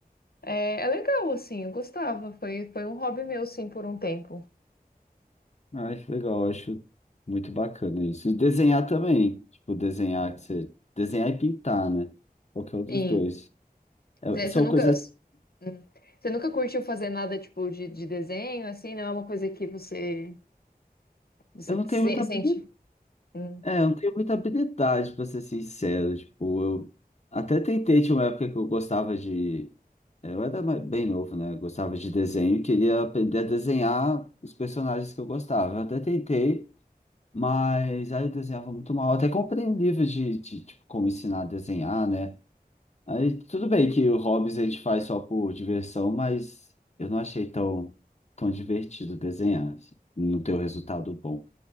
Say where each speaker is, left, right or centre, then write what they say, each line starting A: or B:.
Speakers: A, on the left; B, on the left.
A: É, é legal, assim, eu gostava. Foi, foi um hobby meu, sim, por um tempo.
B: Ai, que legal. eu Acho muito bacana isso. E desenhar também. Tipo, desenhar que você... Desenhar e pintar, né? Qualquer um dos
A: Sim.
B: dois. É-
A: Você
B: são
A: você nunca.
B: coisas
A: hum. Você nunca curtiu fazer nada tipo de, de desenho, assim? Não é uma coisa que você, você
B: Eu não tenho
A: se-
B: muita
A: sente.
B: habilidade,
A: Hum.
B: é, eu não tenho muita habilidade, pra ser sincero. Tipo, eu até tentei, tinha uma época que eu gostava de. é, Eu era mais- bem novo, né? Eu gostava de desenho, e queria aprender a desenhar os personagens que eu gostava. Eu até tentei, mas aí eu desenhava muito mal. Eu até comprei um livro de, de, tipo, como ensinar a desenhar, né? Aí tudo bem que o Hobbes a gente faz só por diversão, mas eu não achei tão, tão divertido desenhar, assim, não ter o resultado bom.